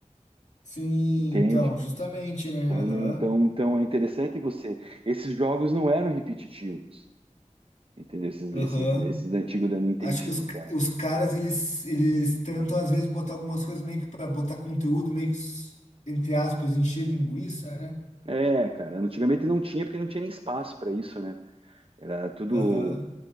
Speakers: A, on the left; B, on the right.
A: sim,
B: entende?
A: então, justamente, né?
B: Então,
A: Aham,
B: não, então, então é interessante você. Esses jogos não eram repetitivos, entendeu? Esses,
A: aham.
B: esses, esses antigos da Nintendinho,
A: Acho que os, c-
B: cara.
A: os caras, eles, eles tentam, às vezes, botar algumas coisas meio que para botar conteúdo, meio que, s- entre aspas, encher linguiça, né?
B: É, cara, antigamente não tinha porque não tinha nem espaço para isso, né? Era tudo.
A: Aham,